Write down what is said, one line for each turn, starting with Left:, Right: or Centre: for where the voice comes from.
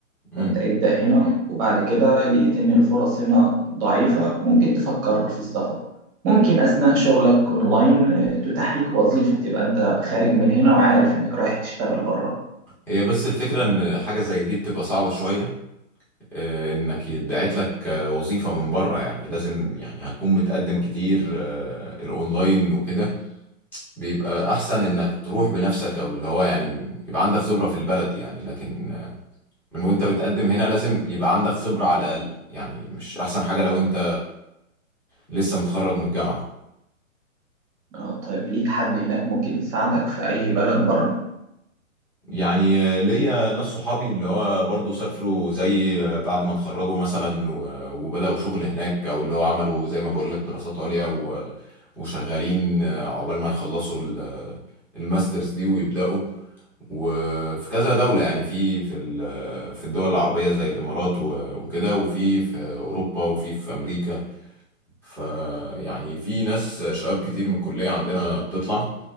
Centre: امم
Right: فأنت ابدأ هنا وبعد كده لقيت إن الفرص هنا ضعيفة ممكن تفكر في السفر ممكن أثناء شغلك أونلاين آه، تتاح لك وظيفة تبقى أنت خارج من هنا وعارف إنك رايح تشتغل بره
Centre: هي بس الفكره ان حاجه زي دي بتبقى صعبه شويه آه، انك يتبعت لك آه، وظيفه من بره يعني لازم يعني هتكون بتقدم كتير آه، الاونلاين وكده بيبقى احسن انك تروح بنفسك او اللي هو يعني يبقى عندك خبره في البلد يعني لكن آه، من وانت بتقدم هنا لازم يبقى عندك خبره على الاقل يعني مش احسن حاجه لو انت لسه متخرج من الجامعه
Right: اه طيب ليك حد هناك ممكن يساعدك في أي بلد بره؟
Centre: يعني آه، ليا ناس صحابي اللي هو برضه سافروا زي آه، بعد ما اتخرجوا مثلا و- وبدأوا شغل هناك او اللي هو عملوا زي ما بقول لك دراسات عليا و- وشغالين آه، عقبال ما يخلصوا ال- الماسترز دي ويبدأوا وفي كذا دولة يعني في في ال- في الدول العربية زي الإمارات و- وكده وفي في أوروبا وفي في أمريكا فيعني في ناس شباب كتير من الكلية عندنا بتطلع